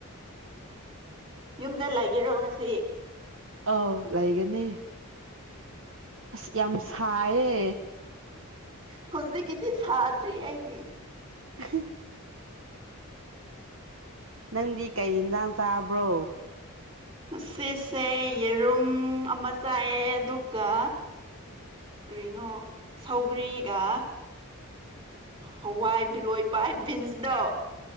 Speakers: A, on the right; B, on the right.
A: ꯌꯨꯝꯗ ꯂꯩꯒꯦꯔꯣ ꯉꯁꯤ
B: ꯑꯥꯎ ꯂꯩꯥꯏꯒꯅꯤ ꯑꯁ ꯌꯥꯝ ꯁꯥꯏꯌꯦ
A: ꯍꯧꯖꯤꯛꯀꯤꯗꯤ ꯁꯥꯗ꯭ꯔꯤ ꯑꯩꯒꯤ
B: <unintelligible> ꯅꯪꯗꯤ ꯀꯩ ꯌꯦꯟꯁꯥꯡ ꯆꯥꯕ꯭ꯔꯣ
A: ꯁꯤꯁꯦ ꯌꯦꯔꯨꯝ ꯑꯃ ꯆꯥꯏꯑ ꯑꯗꯨꯒ ꯀ꯭ꯔꯤꯅꯣ ꯁꯧꯒ꯭ꯔꯤꯒ ꯍꯋꯥꯏ ꯕꯤꯂꯣꯏ ꯄꯥꯏ ꯕꯤꯟꯁꯗꯣ